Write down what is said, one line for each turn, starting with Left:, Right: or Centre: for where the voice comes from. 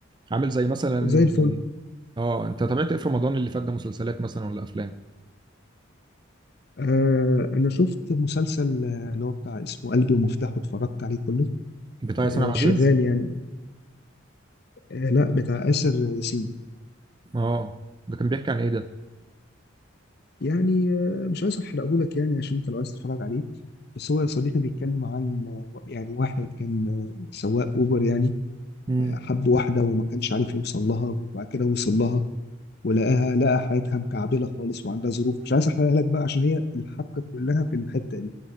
Right: عامل زي مثلا
Left: زي الفل
Right: اه انت تابعت ايه في رمضان اللي فات ده مسلسلات مثلا ولا افلام
Left: آه أنا شفت مسلسل آه، اللي هو بتاع اسمه قلبي ومفتاحه اتفرجت عليه كله
Right: بتاع ياسمين
Left: آه
Right: عبد
Left: شغال
Right: العزيز
Left: يعني آه لا بتاع آسر ياسين
Right: اه ده كان بيحكي عن ايه ده
Left: يعني آه مش عايز أحرقهولك يعني عشان أنت لو عايز تتفرج عليه بس هو يا صديقي بيتكلم عن آه، يعني واحد كان آه، سواق أوبر يعني
Right: امم
Left: حب واحدة وما كانش عارف يوصل لها وبعد كده وصل لها ولقاها لقى حياتها مكعبلة خالص وعندها ظروف مش عايز احرقها لك بقى عشان هي الحبكة كلها في الحتة دي